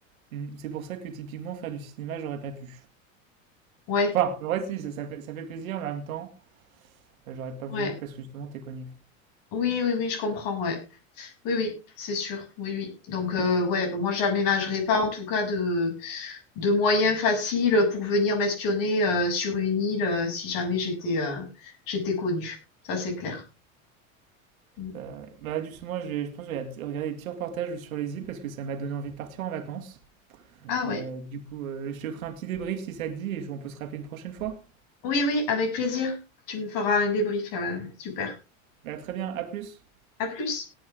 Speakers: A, on the right; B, on the left.
A: mm, c'est pour ça que typiquement faire du cinéma, j'aurais pas pu.
B: Ouais,
A: Enfin, en vrai, si, ça, ça fait, ça fait plaisir, mais en même temps, euh, j'aurais pas
B: ouais.
A: voulu parce que justement, t'es connu.
B: Oui, oui, oui, je comprends, ouais. Oui, oui, c'est sûr. Oui, oui. Donc, euh, ouais, moi, j'aménagerai pas, en tout cas, de de moyens faciles pour venir m'espionner euh, sur une île euh, si jamais j'étais euh, j'étais connue. Ça, c'est clair. Mm.
A: Euh, bah, justement, je, je pense que je vais regarder des petits reportages sur les îles parce que ça m'a donné envie de partir en vacances.
B: Ah
A: Euh,
B: ouais.
A: du coup, euh, je te ferai un petit débrief si ça te dit et on peut se rappeler une prochaine fois.
B: Oui, oui, avec plaisir. Tu me feras un débrief. euh, super.
A: Bah, très bien, à plus.
B: À plus.